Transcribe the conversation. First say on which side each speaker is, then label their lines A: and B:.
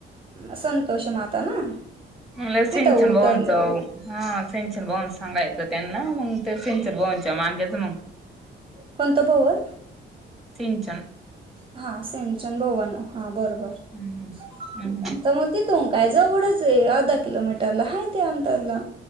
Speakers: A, on the right; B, in the centre.
A: संतोष माता ना
B: म
A: तिथं
B: संचन
A: उतरलं
B: बवसव हा सेंचन बवन हंगात त्यांना मग ते सिंचर बवनच्या माांग्याच मग
A: कोणतं भवन
B: सेंचन
A: हा सेंचन भवन हा बरोबर
B: हम्म हम्म
A: मग तिथून कायजवढंच अर्धा किलोमीटरला आहे ते अंतरला